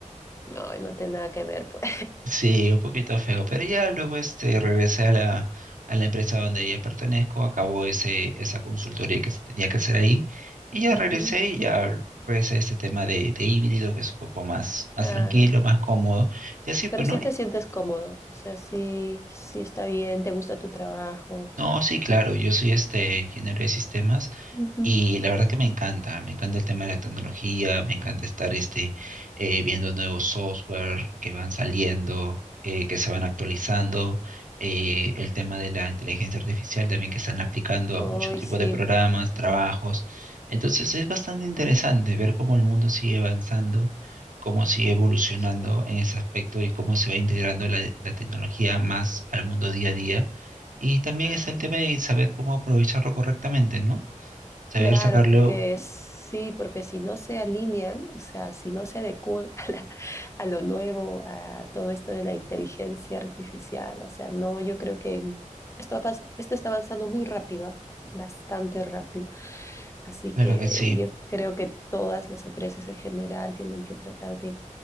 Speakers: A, on the left (about 20°); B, on the right (about 75°).
A: no, no tiene nada que ver, pues.
B: Sí, un poquito feo, pero ya luego este, regresé a la, a la empresa donde ya pertenezco, acabó ese, esa consultoría que se tenía que hacer ahí
A: <laughs>
B: y ya
A: Ujú,
B: regresé y ya regresé a este tema de, de híbrido que es un poco más,
A: claro.
B: más tranquilo, más cómodo. Y así, pues,
A: Pero
B: ¿no?
A: sí te sientes cómodo. O sea, sí, sí está bien, te gusta tu trabajo.
B: No, sí, claro, yo soy este ingeniero de sistemas.
A: Ujú.
B: Y la verdad que me encanta, me encanta el tema de la tecnología, me encanta estar este, eh, viendo nuevos software que van saliendo, eh, que se van actualizando, eh, el tema de la inteligencia artificial también que están aplicando a
A: Hoy
B: muchos tipos
A: sí,
B: de programas,
A: ajá,
B: trabajos. Entonces es bastante interesante ver cómo el mundo sigue avanzando, cómo sigue evolucionando
A: sí.
B: en ese aspecto y cómo se va integrando la, la tecnología más al mundo día a día. Y también
A: Ajá.
B: es el tema de saber cómo aprovecharlo correctamente, ¿no? Saber
A: Claro,
B: sacarlo,
A: porque es- sí, porque si no se alinean, o sea, si no se adecúan <laughs> a, la- a lo nuevo, a todo esto de la inteligencia artificial, o sea, no, yo creo que esto, va pas- esto está avanzando muy rápido, ¿ah? bastante rápido, así que
B: claro que sí,
A: yo creo que todas las empresas en general tienen que tratar de